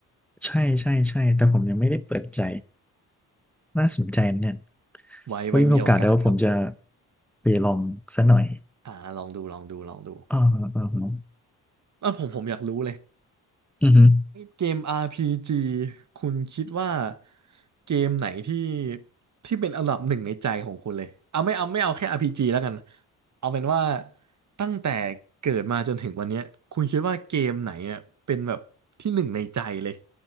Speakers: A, in the centre; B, on the right (about 50°).
A: ใช่ใช่ใช่แต่ผมยังไม่ได้เปิดใจ น่าสนใจนะเนี่ย
B: ไว้ไว้มีโอกาสครับ
A: ไว้มีโอกาสเดี๋ยวผมจะไปลองซะหน่อย
B: อ่าลองดูลองดูลองดู
A: อ่าฮะอ่าฮะ
B: แล้วผมผมอยากรู้เลย
A: อือฮึ
B: เกม RPG คุณคิดว่าเกมไหนที่ที่เป็นอันดับหนึ่งในใจของคุณเลยเอาไม่เอาไม่เอาแค่ RPG แล้วกันเอาเป็นว่าตั้งแต่เกิดมาจนถึงวันเนี้ยคุณคิดว่าเกมไหนอ่ะเป็นแบบที่หนึ่งในใจเลย